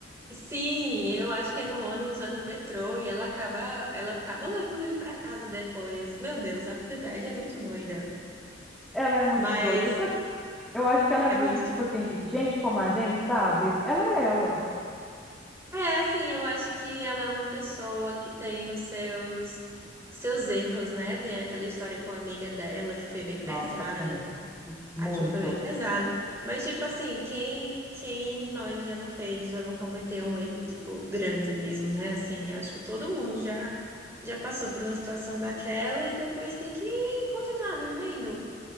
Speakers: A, on the right (about 15°); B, in the centre.
A: Sim, eu acho que é no ônibus, é no metrô e ela acaba, ela acaba levando ele pra casa depois. Meu Deus, a Fleabag é muito doida,
B: Ela é muito
A: mas
B: doida. Só que eu acho que ela é
A: é
B: muito,
A: muito.
B: tipo assim, gente como a gente, sabe? Ela é ela.
A: É, assim, eu acho que ela é uma pessoa que tem os seus seus erros, né? Tem aquela história com a amiga dela que foi bem pesada.
B: Nossa, sim. Muito.
A: Aquilo foi bem pesado. Mas, tipo assim, quem, quem de nós já não fez, já não cometeu um erro, tipo, grande mesmo, né? Assim, eu acho que todo mundo já, já passou por uma situação daquela e depois tem que continuar vivendo.